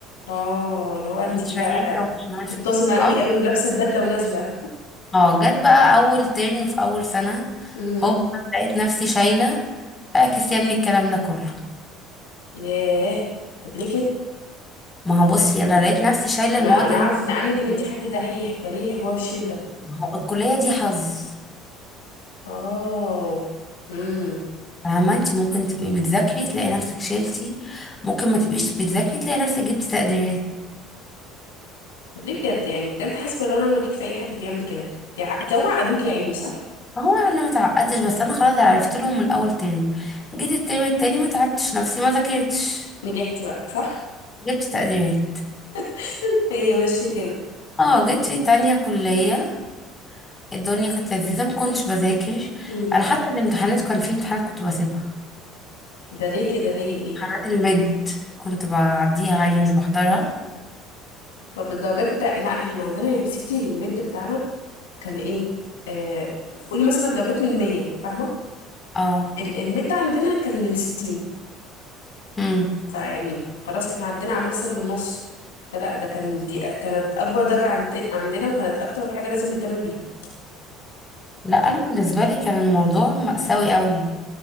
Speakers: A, on the left; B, on the left.
A: اه اللي هو انت
B: متشيكة
A: بقى
B: ومش عارفة
A: متزنه قوي
B: اه
A: قوي ولابسه البدله ونازله
B: اه جت بقى اول ترم في اول سنة
A: مهم.
B: هوب لقيت نفسي شايلة اعكس يا ابني الكلام ده كله
A: ياه طب ليه كده
B: ما هو بصي انا لقيت نفسي شايلة
A: انا
B: المواد
A: انا
B: اللي
A: عارف
B: أنا-
A: إن عنك ان
B: كنت-
A: انت حد دحيح فليه حوار الشيل ده
B: ما هو الكلية دي حظ
A: اه امم
B: فاهمة انت ممكن تبقي بتذاكري تلاقي نفسك شلتي ممكن ما تبقيش بتذاكري تلاقي نفسك جبتي تقديرات
A: طب ليه بجد يعني بجد حسبي الله ونعم الوكيل في اي حد بيعمل كده بيع... لو معقدوك يا عيني صح
B: هو انا ما تعقدتش بس انا خلاص عرفت لهم من اول ترم جيت الترم التاني ما تعبتش نفسي ما ذاكرتش
A: نجحتي بقى صح
B: جبت تقديرات
A: <laughs> هي ماشيه كده
B: اه جيت في تانية كلية الدنيا كانت لذيذة ما كنتش بذاكر
A: امم
B: انا حتى الامتحانات كان في امتحانات كنت بسيبها
A: ده ليه كده ليه ليه
B: امتحانات المد كنت بعديها عادي مش بحضرها
A: طب الدرجات بتاع لا انا احنا عندنا يا ستي الميد بتاعنا كان ايه آه... قولي مثلا الدرجات من 100 فاهمه
B: اه
A: ال- الميد عندنا كان من 60
B: امم
A: فيعني خلاص احنا عدينا اعمال السنه بالنص فلا ده كان دي كانت اكبر درجه عن... عندنا وكانت اكتر حاجه لازم نهتم بيها
B: لا انا بالنسبة لي كان الموضوع مأساوي قوي